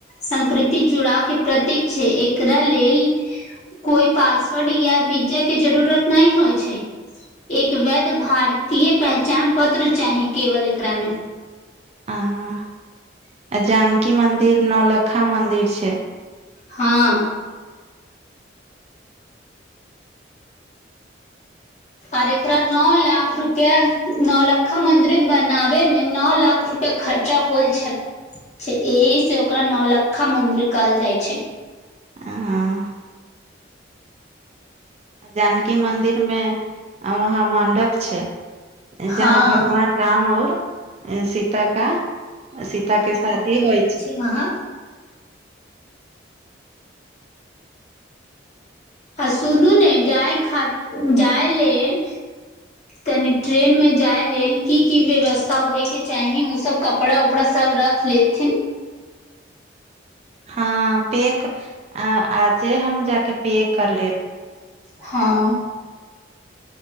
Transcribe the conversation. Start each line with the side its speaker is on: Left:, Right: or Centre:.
Left: संकृति जुड़ाव के प्रतीक छै, एकरा लेल कोइ पासवर्ड या वीजा के जरूरत नहि होइ छय, एक वैध भार तीये पहचान पत्र चाही केवल एकरामे।
Right: आं जानकी मंदिर नौलखा मंदिर छै।
Left: हं। आर एकरा नौ लाख रूपया, नौलखा मंदिर बनाबे मे न लाख रूपया खर्चा होल छैत छै, एहि से ओकरा नौ लकखा मंदिर कहल जाइ छै।
Right: हँ जानकी मंदिर में वहां मंडप छय
Left: हां।
Right: जहां भगवान राम और सीता का सीता के शादी होइ छै।
Left: अहां आ सुनू ने, जाय खा जाय लेल तनि ट्रेन मे जाय लेल की की व्यवस्था होइके चाही, ओ सब कपड़ा उपड़ा सब रख लेथिन।
Right: हँ पेक आजे हम जाक पेक कर लेब।
Left: हँ